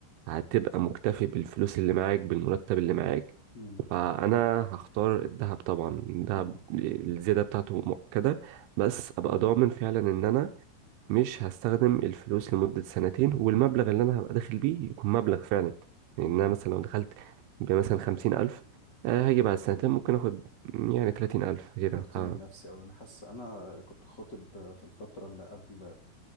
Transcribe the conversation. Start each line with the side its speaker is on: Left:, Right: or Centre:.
Right: هتبقى مكتفي بالفلوس اللي معاك بالمرتب اللي معاك
Left: مم.
Right: فانا هختار الذهب طبعا الذهب
Left: مم.
Right: الزياده بتاعته مؤكده بس ابقى ضامن فعلا ان انا مش هستخدم الفلوس لمده سنتين والمبلغ اللي انا هبقى داخل بيه يكون مبلغ فعلا يعني
Left: مم.
Right: إن انا مثلا لو دخلت بمثلا خمسين الف آه، هاجي بعد سنتين ممكن اخد يعني تلاتين الف كده
Left: فكرتني
Right: ف
Left: بنفسي أوي أنا حاسس أنا كنت خاطب في الفترة اللي قبل